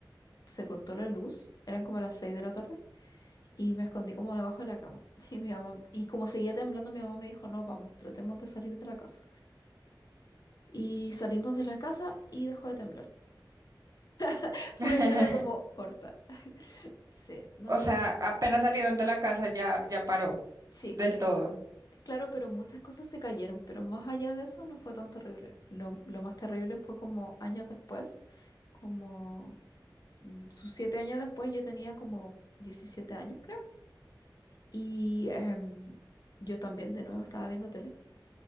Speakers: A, on the left (about 55°); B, on the right (about 45°).
A: se cortó la luz, eran como las 6 de la tarde, y me escondí como debajo de la cama. <laughs> Y mi mamá, y como seguía temblando, mi mamá me dijo, no, vamos, tratemos de salir de la casa. Y salimos de la casa y dejó de temblar. <laughs> Fue
B: <laughs>
A: una historia como corta. Sí, no,
B: O sea,
A: no,
B: apenas salieron de la casa ya, ya paró
A: sí,
B: del
A: pero
B: todo.
A: claro, pero muchas cosas se cayeron, pero más allá de eso no fue tan terrible. Lo, lo más terrible fue como años después, como mm, sus siete años después, yo tenía como 17 años, creo, y em, yo también de nuevo estaba viendo tele